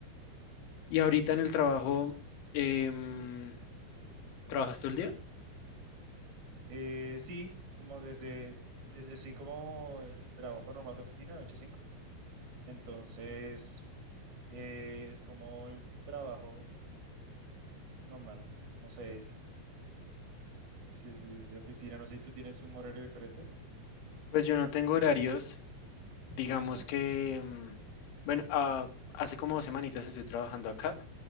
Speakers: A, on the left (about 85°); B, on the right (about 65°).
A: Y ahorita en el trabajo,
B: Es correcto.
A: em, ¿trabajas todo el día?
B: Eh, sí, como desde, es- es- sí, como el trabajo normal de oficina de 8 a 5. Entonces... Eh, es como el trabajo normal. No sé es- si es, es de oficina, no sé si tú tienes un horario diferente.
A: Pues yo no tengo horarios, Digamos
B: Bueno,
A: que, mm, bueno, ah, hace como dos semanitas estoy trabajando acá